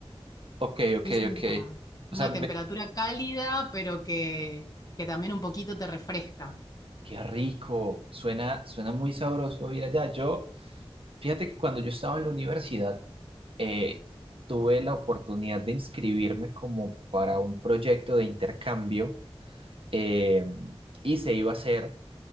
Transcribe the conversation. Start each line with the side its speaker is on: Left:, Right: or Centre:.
Right: Ok, ok,
Left: Es una,
Right: ok. O
Left: una
Right: sea, me-
Left: temperatura cálida, pero que, que también un poquito te refresca.
Right: qué rico. Suena, suena muy sabroso ir allá. Yo, fíjate que cuando yo estaba en la universidad, eh, tuve la oportunidad de inscribirme como para un proyecto de intercambio eh, y se iba a hacer